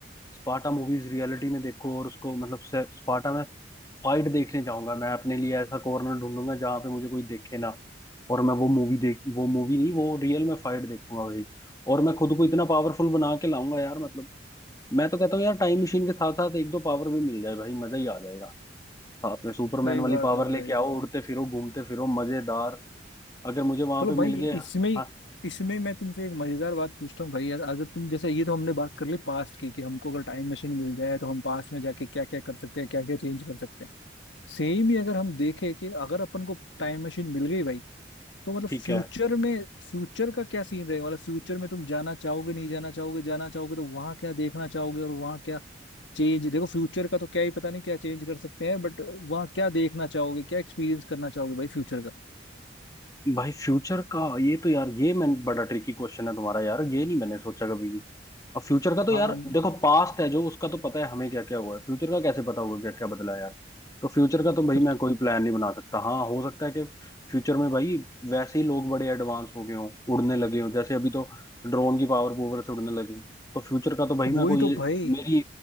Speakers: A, on the left; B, on the left.
A: स्पाटा मूवीज रियलिटी में देखो और उसको मतलब से- स्पाटा में फाइट देखने जाऊंगा मैं अपने लिए ऐसा कॉर्नर ढूंढूंगा जहां पे मुझे कोई देखे ना और मैं वो मूवी देख वो मूवी नहीं वो रियल में फाइट देखूंगा भाई और मैं खुद को इतना पावरफुल बना के लाऊंगा यार मतलब मैं तो कहता हूँ यार टाइम मशीन के साथ साथ एक दो पावर भी मिल जाए भाई मजा ही आ जाएगा साथ में सुपरमैन
B: सही
A: वाली
B: बात
A: पावर
B: है
A: लेके
B: भाई
A: आओ
B: भाई
A: उड़ते फिरो घूमते फिरो मजेदार अगर मुझे वहां
B: चलो
A: पे
B: भाई
A: मिल गया
B: इसमें
A: हाँ
B: इसमें मैं तुमसे एक मजेदार बात पूछता हूँ भाई यार अगर तुम जैसे ये तो हमने बात कर ली पास्ट की कि हमको अगर टाइम मशीन मिल जाए तो हम पास्ट में जाके क्या क्या कर सकते हैं क्या क्या चेंज कर सकते हैं सेम ही अगर हम देखें कि अगर अपन को टाइम मशीन मिल गई भाई तो मतलब
A: ठीक
B: फ्यूचर
A: है
B: में फ्यूचर का क्या सीन रहेगा मतलब फ्यूचर में तुम जाना चाहोगे नहीं जाना चाहोगे जाना चाहोगे तो वहां क्या देखना चाहोगे और वहां क्या चेंज देखो फ्यूचर का तो क्या ही पता नहीं क्या चेंज कर सकते हैं बट वहां क्या देखना चाहोगे क्या एक्सपीरियंस करना चाहोगे भाई फ्यूचर का
A: भाई फ्यूचर का ये तो यार ये मैं बड़ा ट्रिकी क्वेश्चन है तुम्हारा यार ये नहीं मैंने सोचा कभी भी अब फ्यूचर का तो
B: हाँ
A: यार देखो पास्ट है जो उसका तो पता है हमें क्या क्या हुआ है फ्यूचर का कैसे पता होगा क्या क्या बदला है यार तो फ्यूचर का तो भाई
B: तो, तो
A: मैं कोई प्लान नहीं बना सकता हाँ हो सकता है कि फ्यूचर में भाई वैसे ही लोग बड़े एडवांस हो गए हों उड़ने लगे हों जैसे अभी तो ड्रोन की पावर पूवर से उड़ने लगी तो फ्यूचर का तो भाई मैं
B: वही
A: कोई
B: तो
A: ये
B: भाई
A: मेरी